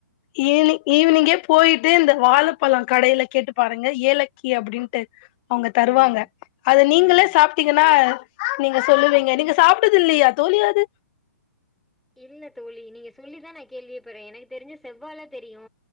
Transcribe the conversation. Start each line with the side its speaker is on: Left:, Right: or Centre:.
Left: ஈவினி ஈவினிங்கே போயிட்டு இந்த வாழப்பழம் கடையில கேட்டு பாருங்க ஏலக்கி அப்புடின்ட்டு அவங்க தருவாங்க
Centre: ம்
Left: அத நீங்களே
Centre: ம்
Left: சாப்ட்டீங்கன்னா நீங்க சொல்லுவீங்க நீங்க சாப்ட்டது இல்லையா தோழி அது
Centre: இல்ல தோழி நீங்க சொல்லிதா நா கேள்வியே பட்றே எனக்கு தெரிஞ்சு செவ்வாழை தெரியு